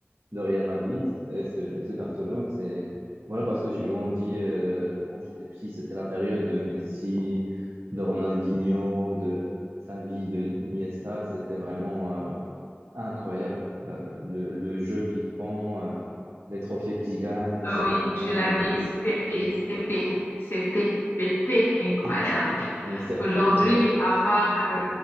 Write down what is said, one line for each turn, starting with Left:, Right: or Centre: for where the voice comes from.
Right: de Real Madrid. C'est c'est le FC Barcelone. C'est voilà parce que j'ai grandi euh, quand j'étais petit, c'était la période de Messi, de Ronaldinho, de Xavi, de Iniesta. C'était vraiment euh, incroyable. Euh, le, le jeu qu'ils font, euh, les trophées qu'ils gagnent, c'est
Left: oui,
Right: vraiment
Left: tu l'as dit, c'était, c'était, c'était, c'était incroyable.
Right: <laughs> c'était à une certaine
Left: Aujourd'hui,
Right: époque.
Left: à part euh,